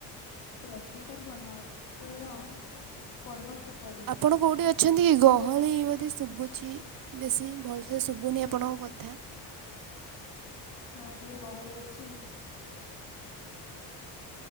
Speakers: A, on the left; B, on the right.
A: ରଜ ପର୍ବ ନାରୀତ୍ବର ପର୍ବ କିପରି?
B: ଆପଣ କୋଉଠି ଅଛନ୍ତି କି ଗହଳି ବୋଧେ ଶୁଭୁଛି? ବେଶୀ ଭଲସେ ଶୁଭୁନି ଆପଣଙ୍କ କଥା।
A: ହଁ ଟିକେ ଗହଳି ଅଛି।